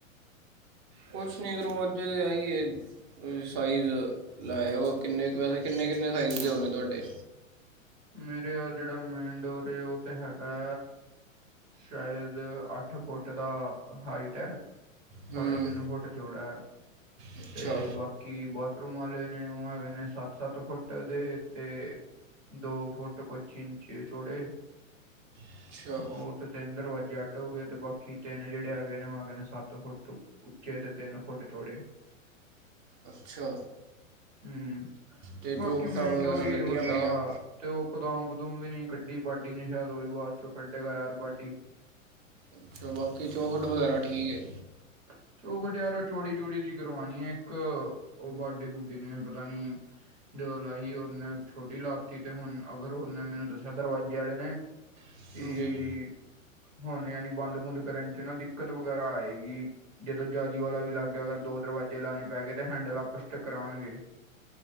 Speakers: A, on the right (about 20°); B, on the right (about 65°).
A: ਕੁਛ ਨੀ ਦਰਵਾਜ਼ੇ ਦੇ ਆਈਏ ਸਾਈਜ਼ ਲੈਓ ਕਿਨੇ ਕੁ ਪੈੇ ਕਿੰਨੇ ਸਾਈਜ਼ ਦੇ ਹੋਣੇ ਤੁਹਾਡੇ
B: ਮੇਰੇ ਆ ਜਿਹੜਾ ਮੇਨ ਡੋਰ ਉਹ ਤੇ ਹੈਗਾ। ਸ਼ਾਇਦ ਅੱਠ ਫੁੱਟ ਦਾ ਹਾਈਟ ਹੈ ਐ।
A: ਹੂੰ
B: ਸਾਢੇ ਤਿੰਨ ਫੁਟ ਜੋੋੜਾ
A: ਅੱਛਾ
B: ਤੇ ਬਾਕੀ ਬਹੁਤ ਵਾਲੇ ਨੇ ਉਹ ਹੈਗੇ, ਨੇ ਸੱਤ-ਸੱਤ ਫੁੱਟ ਦੇ ਤੇ ਦੋ ਫੁੱਟ ਕੁਛ ਇੰਚੀ ਚੋੜੇ
A: ਅੱਛਾ
B: ਉਹ ਤਿੰਨ ਦਰਵਾਜੇ ਜੱਡ ਹੋ ਗਏ ਤੇ ਬਾਕੀ ਤਿੰਨ ਜਿਹੜੇ ਹੈਗੇ ਨੇ ਉਹ ਹੈਗੇ, ਨੇ ਸੱਤ ਫੁੱਟ ਉੱਚੇ ਤੇ ਤਿੰਨ ਫੁੱਟ ਚੋੜੇ
A: ਅੱਛਾ,
B: ਹੂੰ
A: ਤੇ ਚੌਕਟਾਂ
B: ਬਾਕੀ ਮੇਨਡੋਰ
A: ਵਗੈਰਾ
B: ਹੀ
A: ਲੱਗੀਆਂ
B: ਹੈ ਵੱਡਾ
A: ਪਈਆਂ
B: ਤੇ ਉਹ ਪਦਾਮ ਪਦੂਮ ਵੀ ਨੀ ਕੱਢੀ ਬਾਢੀ ਨਿਸ਼ਾ ਤੋਂ ਉਹ ਵੀ ਬਾਅਦ ਚੋਂ ਕੱਢੇਗਾ ਯਾਰ ਬਾਢੀ
A: ਅੱਛਾ ਬਾਕੀ ਚੌਖਲਟ ਵਗੈਰਾ ਠੀਕ ਹੈ।
B: ਉਹ ਚੋ ਖਟਿਆਰ ਚੌੜੀ ਚੂੜੀ ਜਿ ਕਰਵਾਨੀ ਐ ਇੱਕ ਉਹ ਬਾਡੀ ਬੂਡੀ ਨੂੰ ਪਤਾ ਨੀ ਜਦੋਂ ਲਾਈ ਉਹਨੇ ਛੋਟੀ ਲਾਤੀ ਤੇ ਹੁਣ ਅਗਰ ਉਹਨੇ ਮੈਨੂੰ ਦੱਸਿਆ ਦਰਵਾਜ਼ੇ ਆਲੇ ਨੇ <inaudible>
A: ਹੈ
B: ਕੀ
A: ਜੀ
B: ਹੁਣ ਯਾਨੀ ਬੰਦ ਬੂੰਦ ਕਰਨ ਚ ਨਾ ਦਿੱਕਤ ਵਗੈਰਾ ਆਏਗੀ, ਜਦੋਂ ਜਾਲੀ ਵਾਲਾ ਵੀ ਲੱਗਿਆ ਅਗਰ। ਦੋ ਦਰਵਾਜ਼ੇ ਲਾਣੇ ਪੈ ਗਏ, ਤੇ ਹੈਂਡਲ ਆਪਸ ਚ ਟਕਰਾਣਗੇ।